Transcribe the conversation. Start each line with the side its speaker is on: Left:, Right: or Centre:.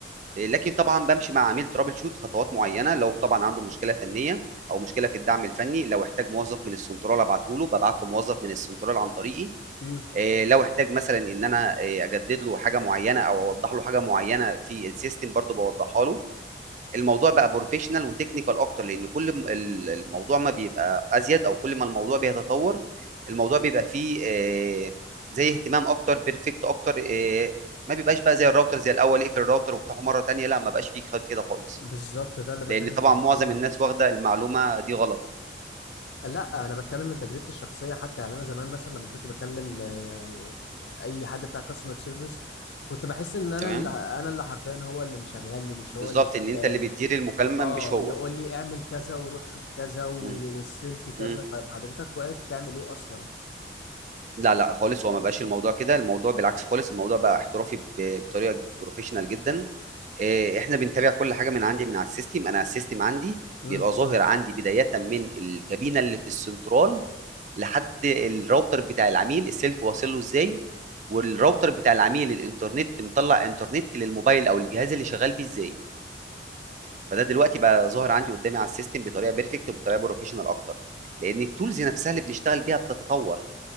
Right: لكن طبعا بمشي مع عميل ترابل شوت خطوات معينه لو طبعا عنده مشكله فنيه او مشكله في الدعم الفني لو احتاج موظف من السنترال ابعته له ببعت له موظف من السنترال عن طريقي
Left: امم
Right: آه، لو احتاج مثلا ان انا آه، اجدد له حاجه معينه او اوضح له حاجه معينه في السيستم برضو بوضحها له الموضوع بقى بروفيشنال وتكنيكال اكتر لان كل م- ال- الموضوع ما بيبقى ازيد او كل ما الموضوع بيتطور الموضوع بيبقى فيه آه، زي اهتمام اكتر بيرفكت اكتر آه، ما بيبقاش بقى زي الراوتر زي الاول اقفل الراوتر وافتحه مره تانية لا ما بقاش فيه خ- كده خالص
Left: بالظبط ده اللي بكلم
Right: لان طبعا
Left: حضرتك
Right: معظم
Left: فيه
Right: الناس واخده المعلومه دي غلط
Left: لا انا بتكلم من تجربتي الشخصيه حتى يعني انا زمان مثلا لما كنت بكلم آه، اي حد بتاع كاستمر سيرفيس كنت بحس ان انا
Right: تمام
Left: اللي انا اللي حرفيا هو اللي مشغلني مش هو
Right: بالظبط
Left: اللي شغال
Right: ان انت اللي بتدير المكالمه
Left: اه
Right: مش هو
Left: يقول لي اعمل كذا وروح شوف كذا و-
Right: مم.
Left: والسلك كذا
Right: مم.
Left: طيب حضرتك واقف تعمل ايه اصلا
Right: لا لا خالص هو ما بقاش الموضوع كده الموضوع بالعكس خالص الموضوع بقى احترافي ب- بطريقه بروفيشنال جدا آه، احنا بنتابع كل حاجه من عندي من على السيستم انا على السيستم عندي
Left: امم
Right: بيبقى ظاهر عندي بدايه من الكابينه اللي في السنترال لحد الراوتر بتاع العميل السلك واصل له ازاي والراوتر بتاع العميل الانترنت مطلع انترنت للموبايل او الجهاز اللي شغال بيه ازاي فده دلوقتي بقى ظاهر عندي قدامي على السيستم بطريقه بيرفكت وبطريقه بروفيشنال اكتر لان التولز نفسها اللي بنشتغل بيها بتتطور